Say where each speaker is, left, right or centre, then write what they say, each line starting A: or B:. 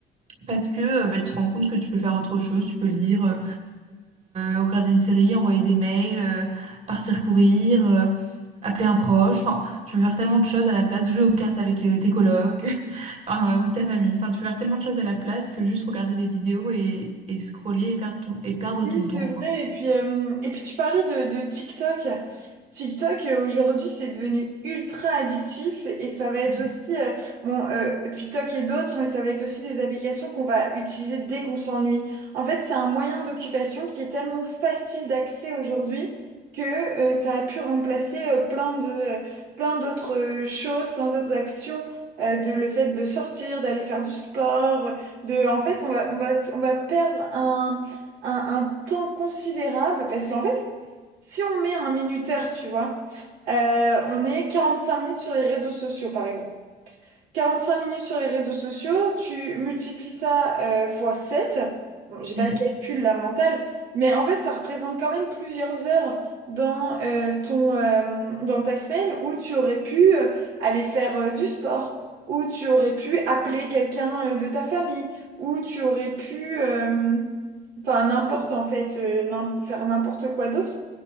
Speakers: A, on the right; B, on the right.
A: Parce que euh, bah, tu te rends compte que tu peux faire autre chose, tu peux lire, euh, euh, regarder une série, envoyer des mails, euh, partir courir, euh, appeler un proche. Enfin, tu peux faire tellement de choses à la place, jouer aux cartes avec euh, tes colocs, <laughs> enfin, euh, ou ta famille. Enfin, tu peux faire tellement de choses à la place que juste regarder des vidéos et, et scroller et perdre ton, et perdre
B: Oui,
A: ton
B: c'est
A: temps,
B: vrai.
A: quoi.
B: Et puis, euh, et puis tu parlais de, de TikTok. TikTok, euh, aujourd'hui, c'est devenu ultra addictif et ça va être
A: Mm.
B: aussi, euh, bon, euh, TikTok et d'autres, mais ça va être aussi des applications qu'on va utiliser dès qu'on s'ennuie. En fait, c'est un moyen d'occupation qui est tellement facile d'accès aujourd'hui que, euh, ça a pu remplacer, euh, plein de, euh, plein d'autres euh, choses, plein d'autres actions, euh, de le fait de sortir, d'aller faire du sport, de, en fait, on va, on va, on va perdre un un, un temps considérable parce qu'en fait, si on met un minuteur, tu vois, euh, on est 45 minutes sur les réseaux sociaux, par exemple 45 minutes sur les réseaux sociaux, tu multiplies ça euh, fois 7. Bon, j'ai pas
A: Mm.
B: le calcul, la mentale, mais en fait, ça représente quand même plusieurs heures dans, euh, ton, euh, dans ta semaine où tu aurais pu euh, aller faire euh, du sport, où tu aurais pu appeler quelqu'un euh, de ta famille, où tu aurais pu, euh, enfin, n'importe en fait, euh, n'im- faire n'importe quoi d'autre.